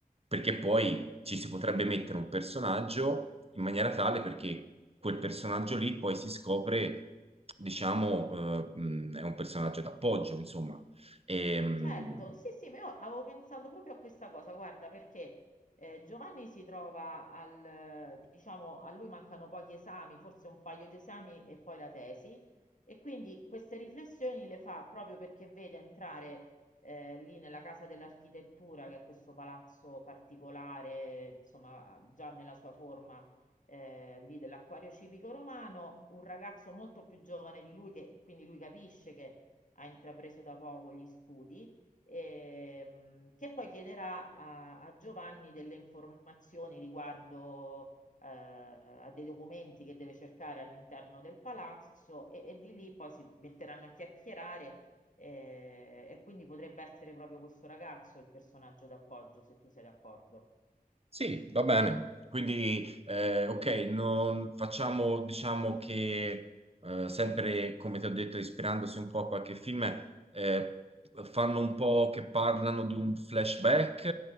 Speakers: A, on the right; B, on the left.
A: perché poi ci si potrebbe mettere un personaggio in maniera tale perché quel personaggio lì poi si scopre, diciamo, eh, mh, è un personaggio d'appoggio, insomma. Ehm,
B: Certo, sì, sì, ma io avevo pensato proprio a questa cosa, guarda, perché eh, Giovanni si trova al, eh, diciamo, a lui mancano pochi esami, forse un paio di esami e poi la tesi, e quindi queste riflessioni le fa proprio perché vede entrare eh, lì nella Casa dell'Architettura, che è questo palazzo particolare, insomma, già nella sua forma eh, lì dell'Acquario Civico Romano, un ragazzo molto più giovane di lui, che quindi lui capisce che ha intrapreso da poco gli studi ehm, che poi chiederà a, a Giovanni delle informazioni riguardo eh, a dei documenti che deve cercare all'interno del palazzo e, e di lì poi si metteranno a chiacchierare eh, e quindi potrebbe essere proprio questo ragazzo il personaggio d'appoggio, se tu sei d'accordo.
A: Sì, va bene. Quindi, eh, ok, non facciamo, diciamo che eh, sempre, come ti ho detto, ispirandosi un po' a qualche film, eh, fanno un po' che parlano di un flashback,